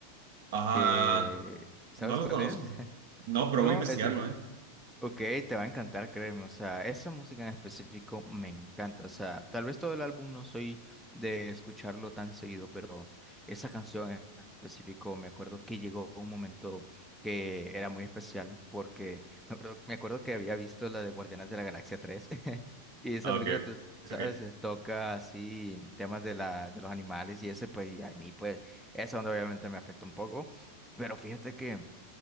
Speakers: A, on the right; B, in the centre.
A: Ah,
B: que, ¿sabes
A: no lo
B: cuál
A: conozco.
B: es? <laughs>
A: No, pero
B: No,
A: voy a investigarlo,
B: es,
A: ¿eh?
B: Ok, te va a encantar, créeme. O sea, esa música en específico me encanta. O sea, tal vez todo el álbum no soy de escucharlo tan seguido, pero esa canción en específico me acuerdo que llegó un momento que era muy especial porque me acuerdo, me acuerdo que había visto la de Guardianes de la Galaxia tres <laughs> y esa
A: Ah,
B: película,
A: ok,
B: tú sabes,
A: ok.
B: se toca así temas de la, de los animales y ese, pues, y a mí, pues, esa onda obviamente me afecta un poco. Pero fíjate que...